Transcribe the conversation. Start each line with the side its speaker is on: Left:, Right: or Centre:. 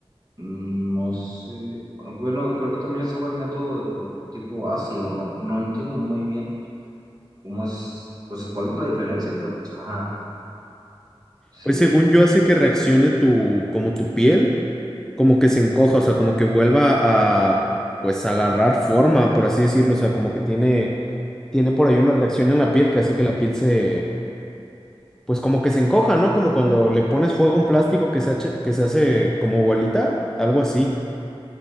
Right: mm, no sé. Bueno, creo que también estaba el método de po- tipo ácido, ¿no? No entiendo muy bien cómo es, pues cuál es la diferencia, pero pues ajá, sí,
Centre: Pues según yo hace que reaccione tu, como tu piel, como que se encoja, o sea, como que vuelva a, pues, agarrar forma, por así decirlo, o sea, como que tiene, tiene por ahí una reacción en la piel que hace que la piel se, pues, como que se encoja, ¿no? Como cuando le pones fuego a un plástico que se hace, que se hace como bolita, algo así.